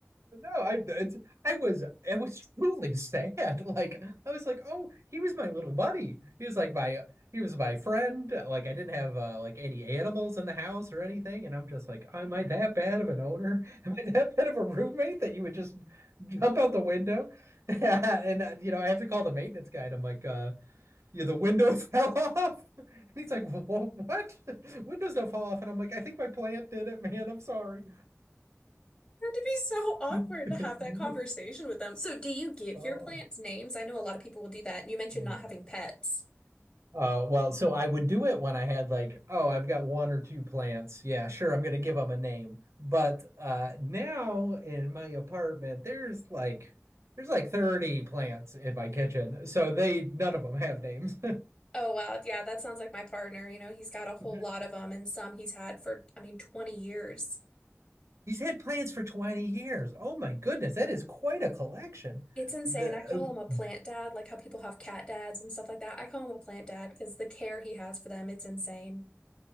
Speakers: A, on the right (about 80°); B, on the left (about 25°).
A: No, I it's, I was I was truly <laughs> sad. Like I was like, oh, he was my little buddy. He was like my he was my friend. Like I didn't have uh, like any animals in the house or anything, and I'm just like, am I that bad of an owner? <laughs> Am I that bad of a roommate that you would just jump out the window? <laughs> And uh, you know, I have to call the maintenance guy. And I'm like, uh, yeah, the window fell off. <laughs> And he's like, "Wha- what? <laughs> Windows don't fall off. And I'm like, I think my plant did it, man. I'm sorry.
B: It had to be so awkward
A: <laughs>
B: to have that conversation with them. So, do you give
A: Oh.
B: your plants names? I know a lot of people will do that. And you mentioned
A: Hmm.
B: not having pets.
A: Uh, well, so I would do it when I had like, oh, I've got one or two plants. Yeah, sure, I'm gonna give them a name. But uh, now in my apartment, there's like there's like 30 plants in my kitchen. So they none of them have names.
B: Oh, wow. Yeah, that sounds like my partner. You know, he's got a whole
A: <laughs>
B: lot of them and some he's had for, I mean, 20 years.
A: He's had plants for 20 years. Oh my goodness, that is quite a collection.
B: It's insane.
A: The
B: I call
A: uh,
B: him a plant dad, like how people have cat dads and stuff like that. I call him a plant dad because the care he has for them, it's insane.